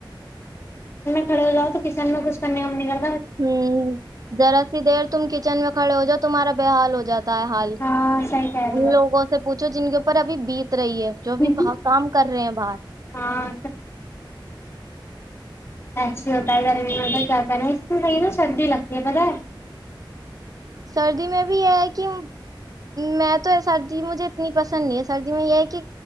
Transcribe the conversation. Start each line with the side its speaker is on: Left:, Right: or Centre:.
Left: کھڑ ہواؤ تو کچن میںچھنے نم نکل
Right: ہوں ذرا سی دیر تم کچن میں کھڑے ہو جا تمہارا بے حال ہو جات ہے حال
Left: ہاں صحیح کہہ رہی
Right: ان لوگوں سے پوچھو جن کے اوپر ابھی بیت رہی ہے
Left: ہو
Right: جو بھی ب کام کر رہے ہیں باہر
Left: ہاں ایسی ہوتا ہے گرمی میں تو کیا کریں اس سے صحی نا سردی لگتی ہے پت ہے
Right: سردی میں بھی یہ ہے کہ میں تو سردی مجھے اتنی پسند نہیں ہے سردی میں یہ ہے کہ